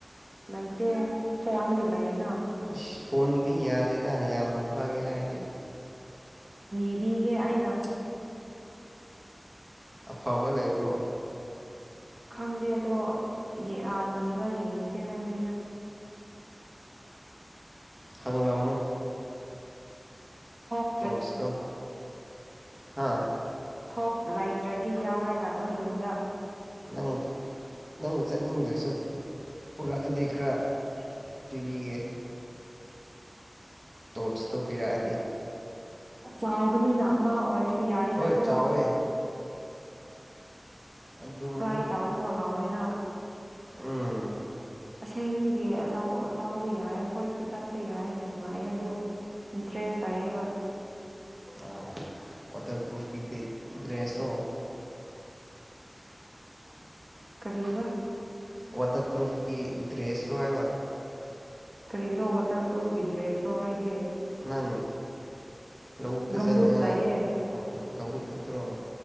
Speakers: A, on the right (about 45°); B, on the right (about 15°).
A: ꯂꯩꯇꯦ ꯐꯣꯟꯒꯤ ꯂꯩꯌꯦꯅ
B: ꯑꯁ ꯐꯣꯟꯒꯤꯗꯤ ꯌꯥꯗꯦꯗ ꯌꯥꯝꯅ ꯐꯥꯒꯦ ꯍꯥꯏꯔꯗꯤ
A: ꯅꯤꯕꯤꯒꯦ ꯑꯩꯅ
B: ꯑꯐꯕ ꯂꯩꯕ꯭ꯔꯣ
A: ꯈꯪꯗꯦ ꯑꯗꯣ ꯌꯦ ꯑꯥ ꯅꯤꯕ ꯌꯦꯡꯁꯦ ꯍꯥꯏꯕꯅꯤꯗ
B: ꯍꯪꯔꯝꯃꯣ
A: ꯍꯣꯞ
B: ꯇꯣꯠꯆꯇꯣ ꯍꯥꯥ
A: ꯊꯣꯛ ꯂꯩꯇ꯭ꯔꯗꯤ ꯌꯥꯎꯔꯒ ꯅꯣꯏ ꯌꯨꯝꯗ
B: ꯅꯪ ꯅꯪ ꯆꯠꯅꯤꯡꯗ꯭ꯔꯁꯨ ꯄꯨꯔꯛꯑꯗꯤ ꯈꯔ ꯄꯤꯕꯤꯒꯦ ꯇꯣꯠꯆꯇꯣ ꯄꯤꯔꯛꯑꯗꯤ
A: ꯆꯥꯎꯕꯅꯤꯅ ꯑꯃ ꯑꯣꯏꯔꯁꯨ ꯌꯥꯏꯌꯦꯗꯀꯣ
B: ꯍꯣꯏ ꯆꯥꯎꯋꯦ ꯑꯗꯨꯝ
A: ꯐ꯭ꯔꯥꯏ ꯇꯕꯗꯣ ꯍꯥꯎꯋꯦꯅ
B: ꯎꯝ
A: ꯑꯁꯦꯡ ꯃꯤꯒꯤ ꯂꯧ ꯂꯥꯎꯕ ꯌꯥꯏꯌꯦ ꯑꯩꯈꯣꯏꯁꯨ ꯆꯠꯄ ꯌꯥꯏꯌꯦ ꯅꯨꯡꯉꯥꯏꯌꯦ ꯑꯗꯨ ꯗ꯭ꯔꯦꯁ ꯇꯥꯌꯦꯕ
B: ꯑ ꯋꯥꯇꯔ ꯄ꯭ꯔꯨꯐꯀꯤꯗꯤ ꯗ꯭ꯔꯦꯁꯔꯣ
A: <inaudible> ꯀꯔꯤꯕ
B: ꯋꯥꯇꯔ ꯄ꯭ꯔꯨꯐꯀꯤ ꯗ꯭ꯔꯦꯁ ꯔꯣ ꯍꯥꯏꯕ
A: ꯀꯔꯤꯔꯣ ꯋꯥꯇꯔ ꯄ꯭ꯔꯨꯐꯀꯤ ꯗ꯭ꯔꯦꯁꯔꯣ ꯍꯥꯏꯗꯤ
B: ꯅꯪ ꯂꯧꯕꯨꯛꯇ
A: ꯒꯝꯕꯨꯠ
B: ꯆꯠꯅꯤꯡꯉꯥꯏ
A: ꯂꯩꯌꯦ
B: ꯑꯣ ꯒꯝꯕꯨꯠ ꯈꯛꯇꯔꯣ